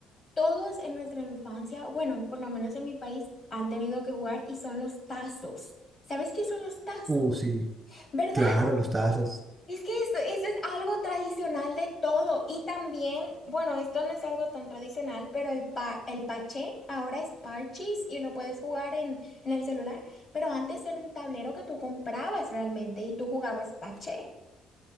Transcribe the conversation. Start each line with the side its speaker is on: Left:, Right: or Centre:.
Left: todos en nuestra infancia, bueno, por lo menos en mi país, han tenido que jugar y son los tazos. ¿Sabes qué son los tazos?
Right: Uh, sí,
Left: ¿Verdad?
Right: claro, los tazos.
Left: Es que esto, eso es algo tradicional de todo. Y también, bueno, esto no es algo tan tradicional, pero el, pa- el paché ahora es parchís y lo puedes jugar en, en el celular. Pero antes era un tablero que tú comprabas realmente y tú jugabas paché.